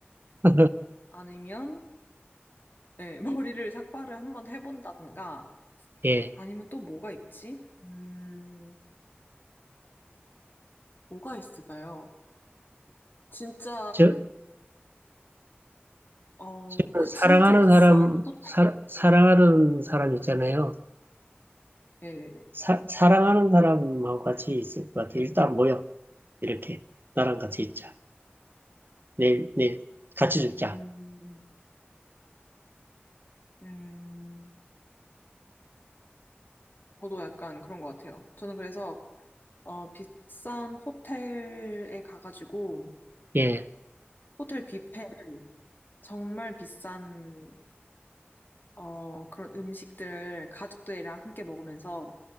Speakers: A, on the right; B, on the left.
A: <laughs>
B: 아니면 네, <laughs> 머리를 삭발을 한번 해본다든가
A: 예.
B: 아니면 또 뭐가 있지? 음 뭐가 있을까요? 진짜,
A: 저,
B: 어,
A: 저
B: 그
A: 사랑하는
B: 진짜 비싼
A: 사람,
B: 호텔.
A: 사, 사랑하는 사람 있잖아요.
B: 네네네.
A: 사, 사랑하는 사람하고 같이 있을 것 같아. 일단 모여. 이렇게. 나랑 같이 있자. 내일, 내일 같이 죽자.
B: 음, 음, 저도 약간 그런 것 같아요. 저는 그래서, 어, 비싼 호텔에 가가지고,
A: 예,
B: 호텔 뷔페를 정말 비싼, 어, 그런 음식들을 가족들이랑 함께 먹으면서